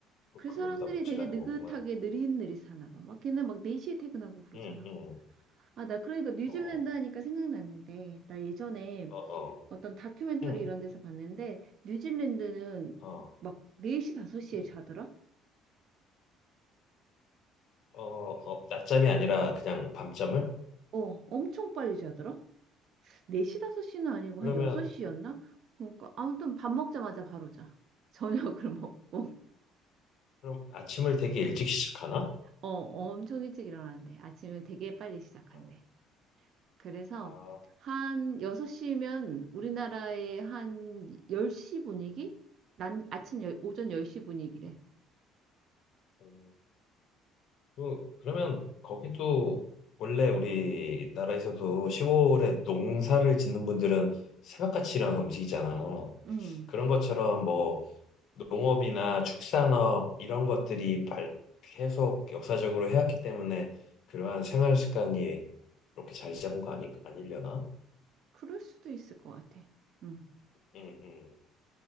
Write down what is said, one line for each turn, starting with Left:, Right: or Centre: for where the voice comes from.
Left: 그-
Right: 그
Left: 그걸로
Right: 사람들이
Left: 다 묵지라는
Right: 되게 느긋하게
Left: 거구만.
Right: 느릿느릿 사나 봐. 막 걔는 막 4시에 퇴근하고 그러잖아.
Left: 응, 응,
Right: 아, 나 그러니까 뉴질랜드
Left: 어,
Right: 하니까 생각났는데, 나 예전에
Left: 어, 어,
Right: 어떤 다큐멘터리
Left: 응,
Right: 이런 데서 봤는데, 뉴질랜드는
Left: 어,
Right: 막 4시, 5시에
Left: 응,
Right: 자더라?
Left: 어, 어, 낮잠이 아니라 그냥 밤잠을?
Right: 어, 엄청 빨리 자더라? 4시, 5시는 아니고
Left: 그러면,
Right: 한 6시였나? 그러니까 아무튼 밥 먹자마자 바로 자. 저녁을 <laughs> 먹고.
Left: 그럼 아침을 되게 일찍 <laughs> 시작하나?
Right: 어, 엄청 일찍 일어나는데 아침을 되게 빨리 시작한대.
Left: 아,
Right: 그래서
Left: 아,
Right: 한 6시면 우리나라의 한 10시 분위기? 난 아침 열- 오전 10시 분위기래.
Left: 음. 그, 그러면 거기도 원래 우리나라에서도 시골에 농사를 짓는 분들은 새벽같이 일어나서 움직이잖아.
Right: 음.
Left: 그런 것처럼 뭐 농업이나 축산업 이런 것들이 발, 계속 역사적으로 해왔기 때문에 그러한 생활 습관이 이렇게 자리 잡은 거 아니, 아니려나?
Right: 그럴 수도 있을 것 같아. 음.
Left: 응, 응,